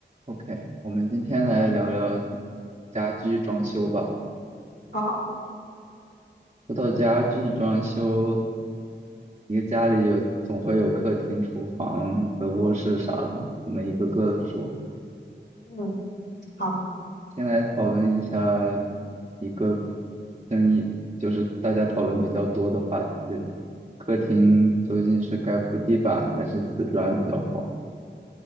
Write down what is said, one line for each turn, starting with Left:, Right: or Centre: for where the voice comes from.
Right: OK，我们今天来聊聊家居装修吧。
Left: 好，
Right: 说到家居装修，一个家里有总会有客厅、厨房和卧室啥的，我们一个个的说。
Left: 嗯，好，
Right: 先来讨论一下一个争议，就是大家讨论比较多的话题，就是客厅究竟是该铺地板还是瓷砖比较好？